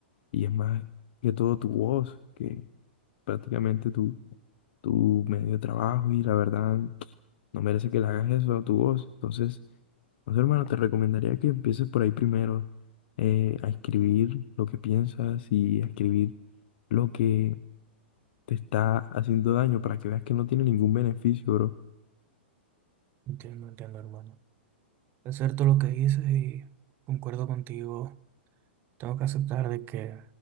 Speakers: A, on the left; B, on the right.
A: y es más que todo tu voz, que prácticamente tu, tu medio de trabajo y la verdad no merece que le hagas eso a tu voz. Entonces, no sé, hermano, te recomendaría que empieces por ahí primero eh, a escribir lo que piensas y a escribir lo que te está haciendo daño para que veas que no tiene ningún beneficio, bro.
B: Entiendo, entiendo, hermano. Es cierto lo que dices y concuerdo contigo. Tengo que aceptar de que